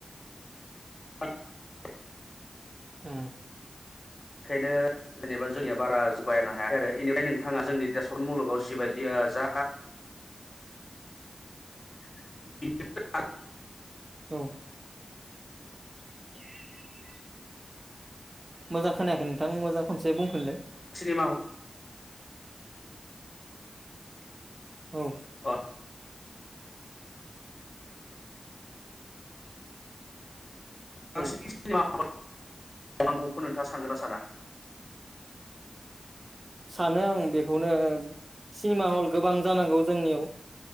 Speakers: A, on the left; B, on the right.
A: <inaudible>
B: ओ
A: बेखायनो जेनेबा जोंनिया बारा जगायानो हायाखै आरो बेनिफ्राय नोंथाङा जोंनि देरशन मुलुगाव जिबायदि ओ जा <unintelligible>
B: औ <inaudible> मोजां खोनायाखै नोंथां मोजां खनसे बुंफिनलाय।
A: सिनेमा ह
B: औ
A: <unintelligible> <unintelligible> <unintelligible> बांसिन
B: औ
A: सिनिमा हल थानांगौखौ नोंथाङा सानगोन ना साना?
B: सानो आं बेखौनो सिनेमा हल गोबां जानांगौ जोंनियाव